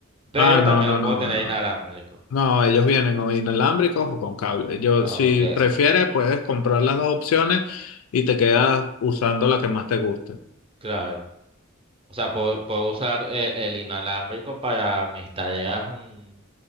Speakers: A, on the right; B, on the left.
A: Pero
B: Ah, no,
A: también
B: no,
A: lo
B: no,
A: puedo tener
B: no.
A: inalámbrico.
B: No, ellos vienen o inalámbricos o con cable. Yo,
A: Ah,
B: si
A: Ok,
B: prefieres, puedes comprar las dos opciones y te quedas usando la que más te guste.
A: claro. O sea, puedo, puedo usar e- el, inalámbrico para mis tareas, mm,